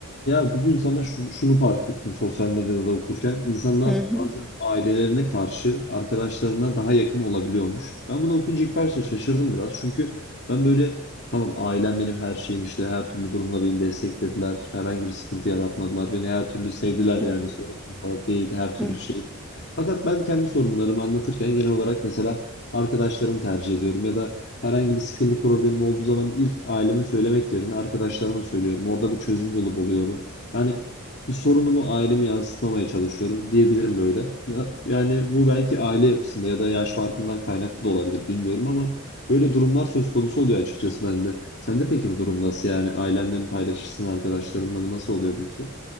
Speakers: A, on the left (about 50°); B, in the centre.
A: Ya bugün sana şu- şunu fark ettim sosyal medyada da okurken. insanlar
B: Hı hı.
A: bazen ailelerine karşı arkadaşlarına daha yakın olabiliyormuş. Ben bunu okuyunca ilk başta şaşırdım biraz. Çünkü ben böyle tamam ailem benim her şeyim işte her türlü durumda beni desteklediler. Herhangi bir sıkıntı yaratmadılar. Beni her türlü sevdiler
B: Hı
A: yani sorunumla değil her türlü
B: hı.
A: şeyle. Fakat ben kendi sorunlarımı anlatırken genel olarak mesela arkadaşlarımı tercih ediyorum ya da Herhangi bir sıkıntı problemim olduğu zaman ilk aileme söylemek yerine arkadaşlarıma söylüyorum. Orada bir çözüm yolu buluyorum. Yani bir sorunumu aileme yansıtmamaya çalışıyorum diyebilirim böyle. Ya- Yani bu belki aile yapısında ya da yaş farkından kaynaklı da olabilir bilmiyorum ama böyle durumlar söz konusu oluyor açıkçası bende. Sende peki bu durum nasıl yani? Ailenle mi paylaşırsın, arkadaşlarınla mı? Nasıl oluyor peki?